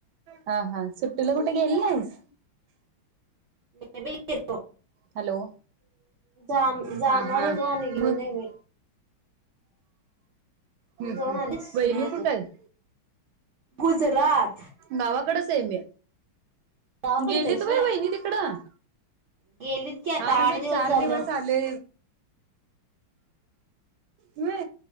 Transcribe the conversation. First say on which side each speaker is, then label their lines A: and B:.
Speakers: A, on the right; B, on the right.
A: हा हा, सुट्टीला कुठे गेली नाहीस?
B: मी बी केलो
A: हॅलो
B: जान जाणार
A: हा हा
B: होत आणि गेल
A: मग हम्म
B: नाही म
A: हम्,
B: तू जाऊन
A: हम्
B: आलीस
A: वहिनी
B: नाही अजून
A: कुठं आहेत
B: गुजरात
A: गावाकडेच आहे मी
B: गावाकडेच
A: गेलीत
B: आहेस
A: होय वहिनी तिकडं
B: गेलीत की आता
A: हा म्हणजे
B: आठ
A: एक चार
B: झालं
A: दिवस आले हो